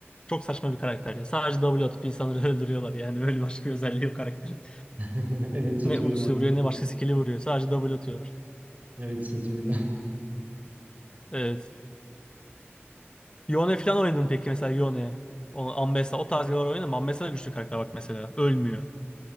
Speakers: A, on the left; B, on the right.
A: Çok saçma bir karakter ya. Sadece W atıp insanları <laughs> öldürüyorlar. Yani böyle başka bir özelliği yok karakterin.
B: <laughs> Evet set
A: Ne
B: öyle
A: ultisi
B: maalesef.
A: vuruyor ne başka skill'i vuruyor. Sadece W atıyorlar.
B: Evet set öyle.
A: Evet. Yone falan oynadın peki mesela Yone. O- Ambessa o tarz hero'lar oynadın mı? Ambessa da güçlü karakter bak mesela. Ölmüyor.